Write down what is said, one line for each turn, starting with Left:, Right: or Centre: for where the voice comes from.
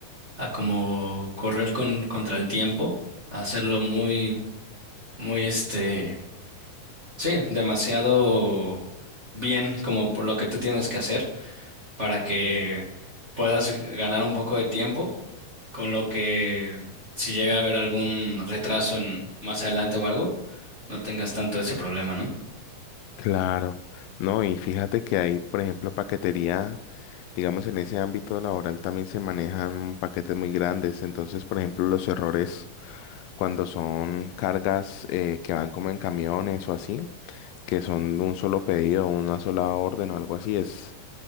Right: a como correr con, contra el tiempo, a hacerlo muy, muy este, sí, demasiado bien como por lo que tú tienes que hacer para que puedas ganar un poco de tiempo, con lo que si llega a haber algún retraso en más adelante o algo, no tengas tanto ese problema, ¿no?
Left: Claro, no, y fíjate que ahí, por ejemplo, paquetería, digamos, en ese ámbito laboral también se manejan paquetes muy grandes, entonces, por ejemplo, los errores cuando son cargas eh, que van como en camiones o así, que son un solo pedido, una sola orden o algo así, es,